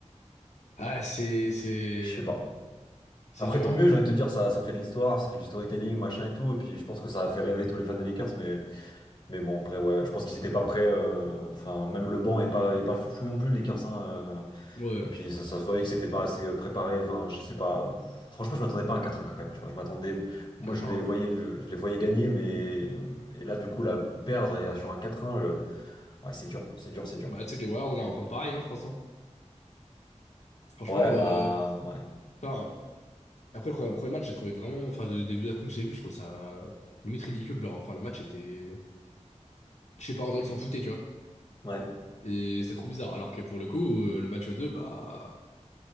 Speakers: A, on the left; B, on the left.
A: ah, c'est, c'est,
B: je sais pas.
A: c'est
B: Après,
A: dur,
B: tant
A: hein.
B: mieux, j'ai envie de te dire, ça, ça fait de l'histoire, ça fait du storytelling, machin et tout. Et puis je pense que ça a fait rêver tous les fans des Lakers, mais. Mais bon, après, ouais, je pense qu'ils étaient pas prêts. euh, Enfin, même le banc est pas, est pas fou non plus, les Lakers. hein, euh.
A: Ouais.
B: et puis, ça, ça se voyait que c'était pas assez euh, préparé. Enfin, je sais pas. Franchement, je m'attendais pas à un quatre 1 quand même. Tu vois, je m'attendais. Moi,
A: 4
B: je
A: ans,
B: les voyais, je les voyais gagner, mais et là, du coup, la perdre et sur un quatre 1 le- ouais, c'est dur, c'est dur, c'est dur.
A: Bah, tu sais que les Warriors, là,
B: C'est
A: on
B: dur.
A: prend pareil, hein, je pense. hein. Franchement,
B: Ouais, bah,
A: euh,
B: ouais,
A: enfin, après le premier, premier match, j'ai trouvé vraiment. Enfin, des des versions que j'ai vues, je trouvais ça limite ridicule. Genre, enfin, le match était. Je sais pas, on dirait qu'ils s'en foutaient, tu vois.
B: ouais.
A: Et c'était trop bizarre. Alors que pour le coup, euh, le match 2 bah.